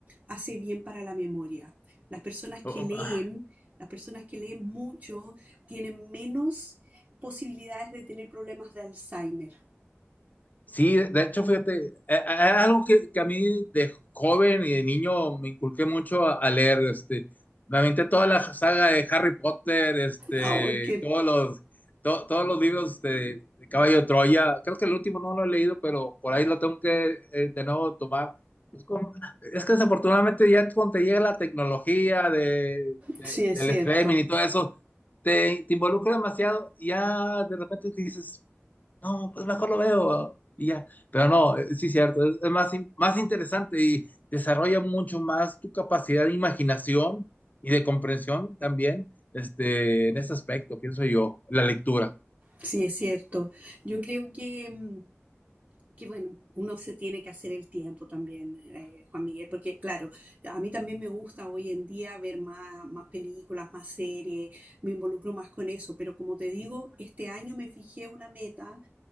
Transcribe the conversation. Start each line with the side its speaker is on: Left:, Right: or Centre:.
Right: hace bien para la memoria. Las personas que
Left: quiera.
Right: leen, las personas que leen mucho, tienen menos posibilidades de tener problemas de Alzheimer.
Left: Sí, de de hecho, fíjate, eh, eh, es algo que, que a mí de joven y de niño me inculqué mucho a, a leer, este, me aventé toda la saga de Harry Potter, este,
Right: Ay, que
Left: todos los, to- todos los libros de, de Caballo de Troya, creo que el último no lo he leído, pero por ahí lo tengo que eh, de nuevo tomar. Es, como- es que desafortunadamente ya cuando te llega la tecnología de, de-
Right: sí es
Left: del
Right: cierto,
Left: streaming y todo eso, te, te involucra demasiado y ya de repente te dices no, pues mejor lo veo y ya. Pero no, eh, sí, cierto, es, es más, in- más interesante y desarrolla mucho más tu capacidad de imaginación y de comprensión también, este, en ese aspecto, pienso yo, la lectura.
Right: sí es cierto. Yo creo que mm, que bueno, uno se tiene que hacer el tiempo también, eh, Juan Miguel, porque claro, a mí también me gusta hoy en día ver más, más películas, más series, me involucro más con eso, pero como te digo, este año me fijé una meta